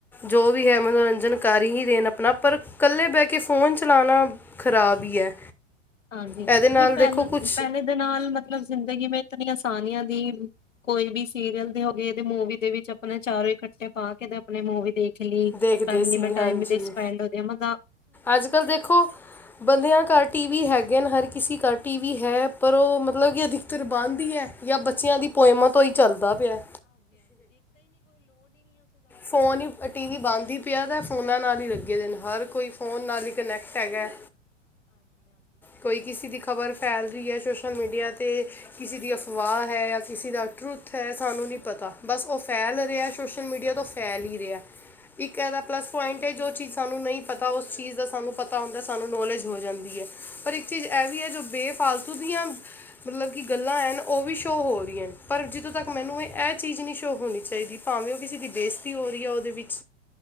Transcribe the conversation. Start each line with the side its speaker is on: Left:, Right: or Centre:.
Centre: ਜੋ ਵੀ ਹੈ ਮਨੋਰੰਜਨ ਕਰ ਹੀ ਰਣ ਆਪਣਾ ਪਰ ਇਕੱਲੇ ਬਹਿ ਕੇ। ਫੋਨ ਚਲਾਉਣਾ ਖਰਾਬ ਹੀ ਹੈ।
Left: ਹਾਂਜੀ
Centre: ਇਹਦੇ ਨਾਲ
Left: ਵੀ ਪਹਿਲ
Centre: ਦੇਖੋ ਕੁਝ
Left: ਪਹਿਲੇ ਦੇ ਨਾਲ ਮਤਲਬ। ਜ਼ਿੰਦਗੀ ਮ ਇਤਨੀ ਆਸਾਨੀਆਂ ਦੀ ਕੋਈ ਵੀ ਸੀਰੀਅਲ ਦੇ ਹੋ ਗਏਦੇ ਮੂਵੀ ਦੇ ਵਿੱਚ ਆਪਣਾ ਚਾਰੋਂ ਹੀ। ਪਾ ਕੇ ਆਪਣੇ ਮਵੀ ਦੇਖ ਲਈੈਮ
Centre: ਦੇਖਦੇ ਸੀ
Left: ਮੈਂ
Centre: ਹਾਂਜੀ
Left: ਟ ਸਪੈਂਡ ਮ।
Centre: ਅੱਜ ਕੱਲ ਦੇਖੋ ਬੰਦਿਆਂ ਘਰ ਟੀ ਵੀ ਹੈਗੇ। ਨ ਹਰ ਕਿਸੇ ਘ ਟੀ ਵੀ ਹੈ ਪਰ ਉਹ ਮਤਲਬ ਕਿ ਅਧਿਕਤਰ ਬਾਂਨਦੀ ਹੈ। ਜਾਂ ਬੱਚਿਆਂ ਦੀ ਪੋਇਮਾ ਤੋਂ ਹੀ ਚੱਲਦਾ ਪਿਆ। ਫੋਨ ਹੀ ਟੀ ਵੀ ਬੰਦ ਹੀ ਪਿਆ ਤੇ ਫੋਨਾ ਨਾਲ ਹੀ ਲ। ਲੱਗੇ ਦੇ ਨੇ ਹਰ ਕੋਈ। ਫੋਨ ਨਾਲ ਹੀ ਕਨੈਕਟ ਹੈਗਾ ਕੋਈ ਕਿਸੇ ਦੀ ਖ਼ਬਰ ਫੈਲ ਰਹੀ ਹੈ। ਸੋਸ਼ਲ ਮੀਡੀਆ 'ਤੇ ਕਿਸੇ ਦੀ ਅਫਵਾਹ ਹੈ ਜਾਂ ਕਿਸੇ ਦਾ ਟਰੁੱਥ ਹੈ ਸਾਨੂੰ ਨਹੀਂ ਪਤਾ। ਬਸ ਉਹ ਫੈਲ ਰਿਹਾ ਸੋਸ਼ਲ ਮੀਡੀਆ ਤੋਂ ਫੈਲ ਹੀ ਰਿਹਾ ਇੱਕ ਇਹਦਾ ਪਲੱਸ ਪੁਆਇੰਟ। ਕਿ ਜੋ ਚੀਜ਼ ਸਾਨੂੰ ਨਹੀਂ ਪਤਾ ਉਸ ਚੀਜ਼ ਦਾ ਸਾਨੂੰ ਪਤਾ ਹੁੰਦਾ ਸਾਨੂੰ ਨੌਲੇਜ ਹੋ ਜਾਂਦੀ। ਹੈ ਪਰ ਇੱਕ ਚੀਜ਼ ਇਹ ਵੀ ਹੈ ਜੋ ਬੇਫ। ਫਾਲਤੂ ਦੀਆਂ ਮਤਲਬ ਕਿ ਗੱਲਾਂ ਐ ਉਹ ਵੀ ਸ਼ੋਅ ਹੋ ਰਹੀਆਂ ਪਰ ਜਿੱਦੋਂ ਤੱਕ ਮੈਨੂੰ ਇਹ ਇਹ ਚੀਜ਼ ਨੀ ਸ਼ੋਅ ਹੋਣੀ ਚਾਹੀਦੀ ਭਾਵੇਂ ਉਹ ਕਿਸੇ ਦੀ ਬੇਇਸਤੀ ਹੋ ਰਹੀ ਹੈ ਉਹਦੇ ਵਿੱਚ